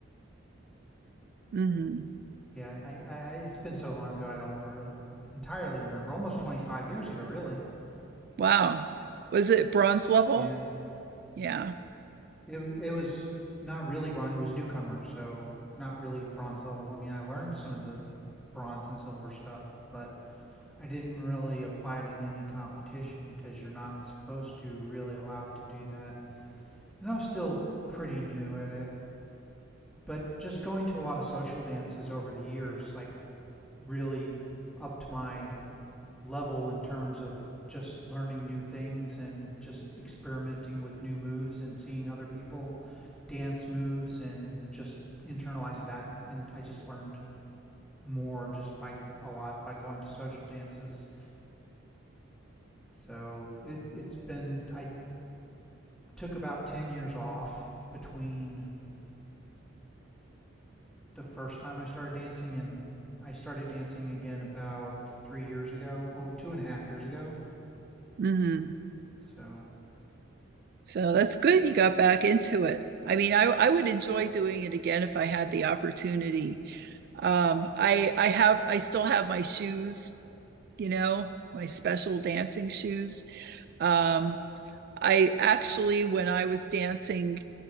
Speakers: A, on the right (about 50°); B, in the centre.
A: Mm-hmm.
B: yeah, I, I I- it's been so long ago I don't re- entirely remember. Almost 25 years ago, really.
A: Wow. Was it bronze level?
B: Yeah.
A: Yeah.
B: It wa- it was not really bronze. It was newcomer, so not really bronze level. I mean, I learned some of the bronze and silver stuff, but I didn't really apply it in any competition because you're not supposed to really allowed to do that. And I was still pretty new at it, but just going to a lot of social dances over the years, like really upped my level in terms of just learning new things and just experimenting with new moves and seeing other people dance moves and just internalizing that. And I just learned more just by a lot by going to social dances. So it it's been I took about 10 years off between the first time I started dancing and I started dancing again about three years ago. Oh, two and a half years ago.
A: hmm
B: So
A: So that's good you got back into it. I mean, I, I would enjoy doing it again if I had the opportunity. Um, I I have I still have my shoes, you know, my special dancing shoes. Um, I actually, when I was dancing,